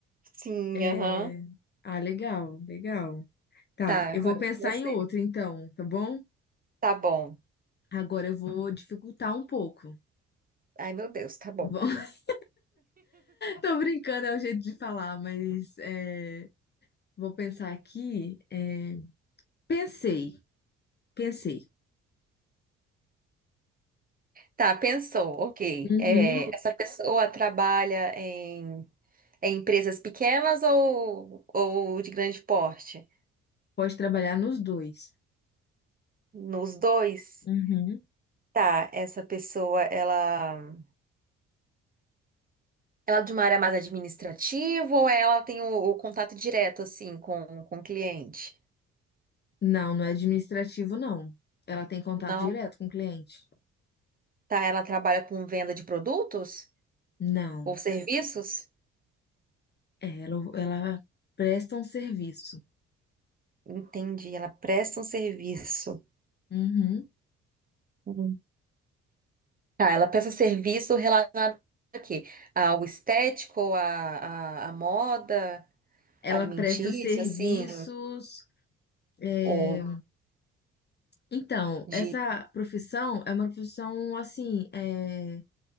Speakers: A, on the right; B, on the left.
A: Sim,
B: É...
A: aham.
B: Ah, legal, legal. Tá,
A: Tá, agora
B: eu vou pensar
A: você.
B: em outra, então, tá bom?
A: Tá bom.
B: Agora eu vou dificultar um pouco.
A: Ai, meu Deus, tá bom.
B: Vou- <laughs> Tô brincando, é o jeito de falar, mas é, vou pensar aqui. é, Pensei, pensei.
A: Tá, pensou, ok.
B: Uhum,
A: É, essa pessoa trabalha em, em empresas pequenas ou, ou de grande porte?
B: Pode trabalhar nos dois.
A: Nos dois?
B: Uhum.
A: Tá, essa pessoa, ela. Ela é de uma área mais administrativa ou ela tem o, o contato direto, assim, com, com o cliente?
B: Não, não é administrativo, não. Ela tem contato
A: Não?
B: direto com o cliente.
A: Tá, ela trabalha com venda de produtos
B: Não.
A: ou serviços?
B: É, Ela, ela presta um serviço.
A: Entendi, ela presta um serviço.
B: Uhum.
A: Uhum. Tá, ela presta serviço relacionado a quê? Ao estético, à, à, à moda,
B: Ela
A: alimentícia,
B: presta serviços.
A: assim,
B: é,
A: ou
B: Então,
A: de...
B: essa profissão é uma profissão assim, é,